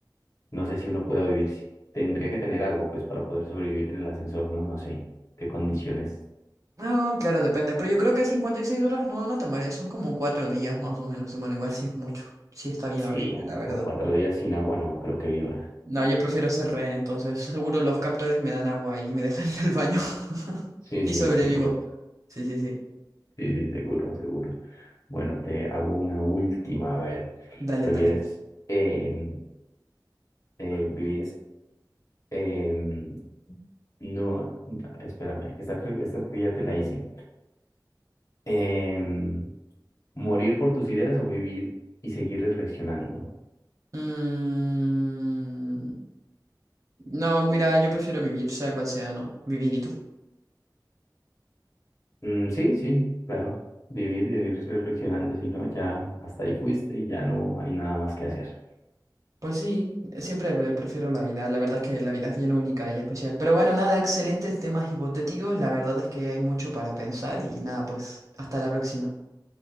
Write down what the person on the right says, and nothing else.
Ah, claro, depende, pero yo creo que 56 horas no, no te mueres, son como 4 días más o menos, y bueno, igual si es mucho, sí está bien
horrible, la verdad.
No, yo prefiero ser rehén, entonces seguro los captores me dan agua y me dejan ir al baño <laughs>
y
sobrevivo.
Sí, sí, sí.
Dale,
dale.
Mm, No, mira, yo prefiero vivir, sea cual sea, ¿no? Vivir y tú.
Pues sí, siempre pre- prefiero la vida. La verdad es que la vida es bien única y especial. Pero bueno, nada, excelentes temas hipotéticos. La verdad es que hay mucho para pensar y nada, pues hasta la próxima.